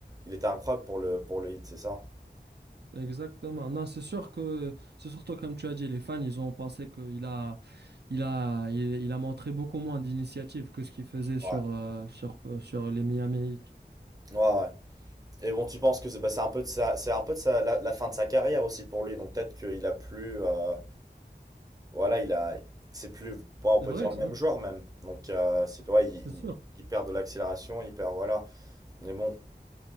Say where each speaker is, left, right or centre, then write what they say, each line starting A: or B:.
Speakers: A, on the right (about 20°); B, on the right (about 70°).
A: il était incroyable pour le, pour le hit, c'est ça?
B: Exactement. Non, c'est sûr que, c'est surtout comme tu as dit, les fans, ils ont pensé qu'il a, il a, il, il a montré beaucoup moins d'initiative que ce qu'il faisait sur,
A: Ouais.
B: euh, sur, euh, sur les Miami Heat.
A: Ouais, ouais. Et bon, tu penses que c'est, bah, c'est un peu de sa, c'est un peu de sa, la, la fin de sa carrière aussi pour lui, donc peut-être qu'il a plus, euh, Voilà, il a, c'est plus, bon, on peut
B: C'est vrai,
A: dire le
B: c'est
A: même
B: vrai,
A: joueur même. Donc euh, c'est, ouais, il,
B: c'est
A: il-
B: sûr.
A: il perd de l'accélération, il perd, voilà. Mais bon,